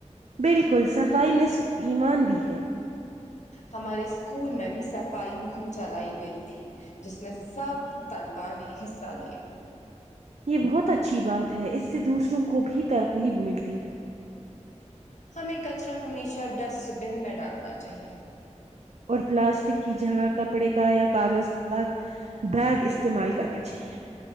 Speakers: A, on the right; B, on the left.
A: بالکل صفائی نصف ایمان بھی ہے
B: ہمارے اسکول میں بھی صفائی مہم چلائی گئی تھی جس میں سب طلبا نے حصہ لیا
A: یہ بہت اچھی بات ہے اس سے دوسروں کو بھی ترغیب ملتی ہے
B: ہمیں کچرا ہمیشہ ڈسٹ بن میں ڈالنا چاہیے
A: اور پلاسٹک کی جگہ کپڑے کا یا کاغذ کا بیگ استعمال کرنا چاہیے